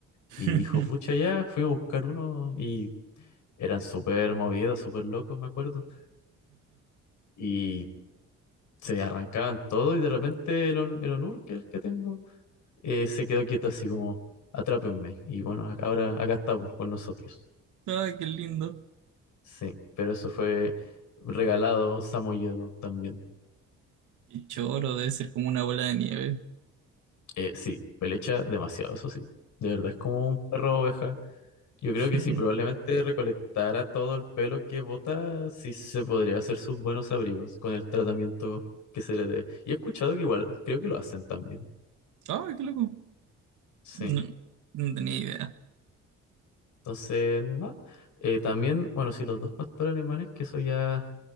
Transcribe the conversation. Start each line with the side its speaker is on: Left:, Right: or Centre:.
Right: <laughs>
Left: Y dijo, pucha, ya, fuimos a buscar uno y eran súper movidos, súper locos, me acuerdo. Y se arrancaban todo y de repente el, On- el Onur, que es el que tengo, eh, se quedó quieto así como, atrápenme. Y bueno, ac- ahora acá estamos con nosotros.
Right: Ay, qué lindo.
Left: Sí, pero eso fue regalado, samoyedo también.
Right: Qué choro, debe ser como una bola de nieve.
Left: Eh, sí, pelecha demasiado, eso sí. De verdad, es como un perro oveja Yo creo
Right: <laughs>
Left: que si probablemente recolectara todo el pelo que bota, sí se podría hacer sus buenos abrigos con el tratamiento que se le dé. Y he escuchado que igual, creo que lo hacen también.
Right: Ay, qué loco.
Left: Sí.
Right: No, no tenía idea.
Left: Entonces, no. Eh, también, bueno, sí, los dos pastores alemanes, que eso ya